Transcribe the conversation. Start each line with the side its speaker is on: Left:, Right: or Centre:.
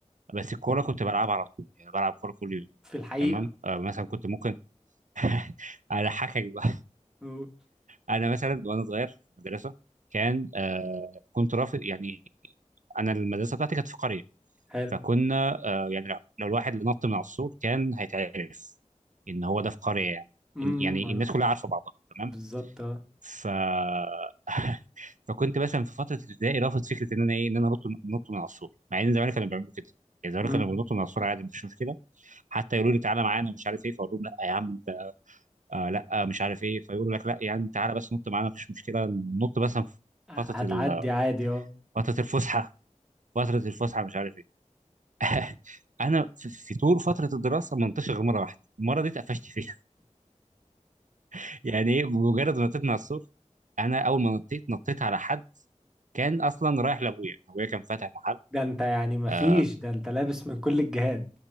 Right: بس الكوره كنت بلعبها على طول يعني بلعب كوره كل يوم
Centre: في الحقيقه
Right: تمام آه مثلا كنت ممكن <laughs> اضحكك بقى
Centre: أمم.
Right: انا مثلا وانا صغير في المدرسه كان آه كنت رافض يعني انا المدرسه بتاعتي كانت في قريه
Centre: حلو
Right: فكنا آه يعني لو لو الواحد اللي نط من على السور كان هيتعرف ان هو ده في قريه يعني
Centre: امم
Right: إن- يعني
Centre: معروف
Right: الناس كلها عارفه بعضها تمام
Centre: بالظبط اه
Right: ف <laughs> فكنت مثلا في فتره ابتدائي رافض فكره ان انا ايه ان انا نط نط من على السور مع ان زمان كانوا بيعملوا كده يعني زمان
Centre: أمم.
Right: كانوا بينطوا من على السور عادي مفيش مشكله حتى يقولوا لي تعالى معانا ومش عارف ايه فاقول لهم لا يا عم انت آه لا آه مش عارف ايه فيقولوا لك لا يا عم تعالى بس نط معانا مفيش مشكله نط بس في
Centre: هتعدي
Right: فتره ال-
Centre: عادي اه
Right: فتره الفسحه فتره الفسحه مش عارف ايه <laughs> انا في في طول فتره الدراسه ما نطيتش غير مره واحده المره دي اتقفشت فيها <laughs> يعني ايه بمجرد ما نطيت مع السور انا اول ما نطيت نطيت على حد كان اصلا رايح لابويا ابويا كان فاتح محل
Centre: ده انت يعني مفيش
Right: آه،
Centre: ده انت لابس من كل الجهات